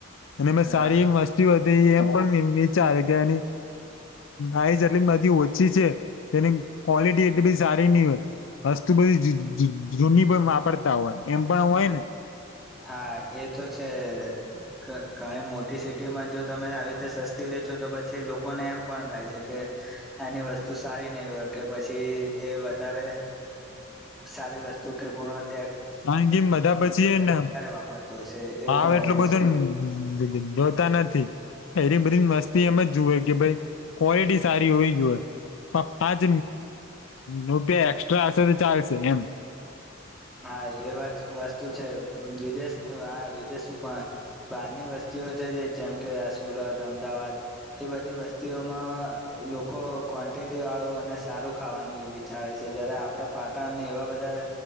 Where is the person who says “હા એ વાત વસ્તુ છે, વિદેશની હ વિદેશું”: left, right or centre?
Centre